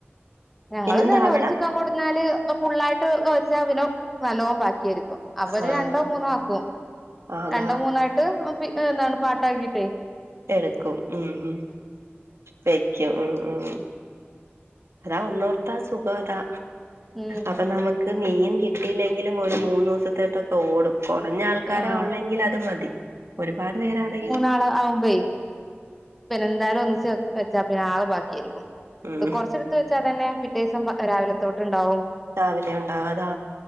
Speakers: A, in the centre; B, on the right.
A: ഞങ്ങളും
B: പിന്നെന്താ
A: തന്നെ
B: അവിടെ
A: ഒരു ചിക്കൻ കൊടുന്നാല് അത് ഫുള്ളായിട്ട് വെച്ചാ പിന്നെ നല്ലോം ബാക്കിയായിരിക്കും. അപ്പൊത്
B: ആഹ്
A: രണ്ടോ മൂന്നോ ആക്കും.
B: അതാ
A: രണ്ടോ മൂന്നായിട്ട് പി എന്താണ് പാട്ടാക്കിട്ടേയ്..
B: എടുക്കും ഉം ഉം വെക്കും ഉം ഉം ഉം. അതാ ഒന്നോർത്താ സുഗവതാ,
A: ഉം
B: അപ്പൊ നമുക്ക്.. ക്ക് മീൻ കിട്ടിയില്ലെങ്കിലും ഒരു മൂന്ന് ദിവസത്തേട്ടൊക്കെ ഓടും. കൊറഞ്ഞ ആൾക്കാരാ
A: ആഹ്
B: ഒള്ളെങ്കിലത് മതി, ഒരുപാട് പേരാണെങ്കി...
A: കള ആവുമ്പേയ് പിന്നെന്തായാലും ഒന്നിച്ച് വെച്ചാ പിന്നെ ആകെബാക്കിയായിരിക്കും,
B: ഉം
A: ഇപ്പൊ കൊറച്ചടുത്ത്.. ച്ചാ തന്നെ പിറ്റെദിവസം രാവിലെ തോട്ട്ണ്ടാവും.
B: രാവിലെ ഉണ്ടാവു അതാ,